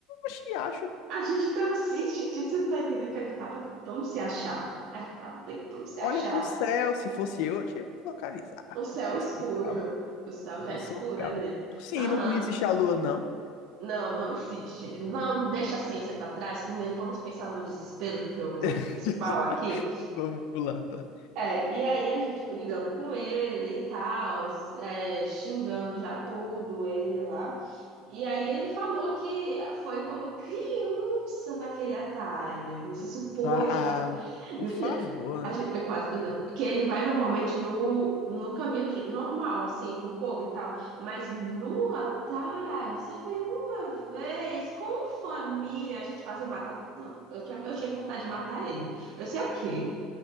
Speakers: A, on the left; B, on the right.
A: Oxi, acha.
B: A gente tava assim, <laughs> gente, você não tá entendendo que a gente tava tentando se achar. A gente tava tentando se
A: Olha
B: achar.
A: pro céu, se fosse eu, eu tinha me localizado,
B: O céu
A: que
B: escuro.
A: eu sou o cabo.
B: O céu já
A: Eu
B: é escuro
A: sou o cabra.
B: ali.
A: Sim,
B: Aham.
A: não, não existe a lua, não.
B: Não, não existe. Não, deixa a ciência pra trás. Primeiro vamos pensar no desespero, que foi o momento
A: <laughs>
B: principal aqui.
A: Vamos lá, tá?
B: É, e aí a gente brigando com ele e tal, é, xingando já tudo ele lá. E aí ele falou que foi quando criança naquele atalho, nesse suposto
A: Ah,
B: atalho.
A: por
B: Meu
A: favor,
B: filho, a
A: né?
B: gente, eu quase, que ele vai normalmente no, no caminho normal, assim, com o povo e tal. Mas no atalho, só foi uma vez, com família, a gente quase mata. Não, eu tinha, eu tive vontade de matar ele. Eu sei o quê?